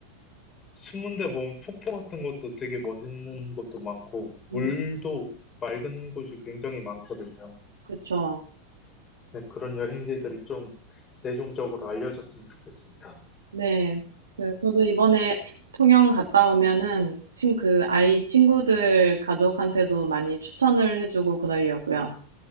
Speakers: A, on the left; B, on the right.
A: 숨은 데 보면 폭포 같은 것도 되게 멋있는 것도 많고, 물도
B: 음.
A: 맑은 곳이 굉장히 많거든요.
B: 그쵸.
A: 네, 그런 여행지들이 좀 대중적으로 알려졌으면 좋겠습니다.
B: 네. 그 저도 이번에 통영 갔다 오면은 친, 그 아이 친구들 가족한테도 많이 추천을 해주고 그러려고요.